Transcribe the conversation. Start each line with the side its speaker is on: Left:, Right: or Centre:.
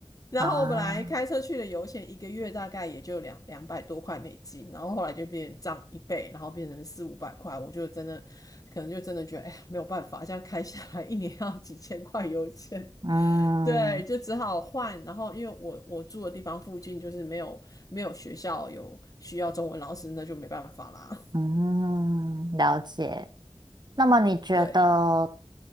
Left: 然后我本来开车去的油钱一个月大概也就两两百多块美金，
Right: 啊，
Left: 然后后来就变涨一倍，然后变成四五百块，我就真的可能就真的觉得哎呀没有办法，这样开下来一年要几千块油钱，
Right: 嗯
Left: 对，就只好换。然后因为我我住的地方附近就是没有没有学校有需要中文老师，那就没办法啦。
Right: 嗯，了解。那么你觉得
Left: <laughs> 对，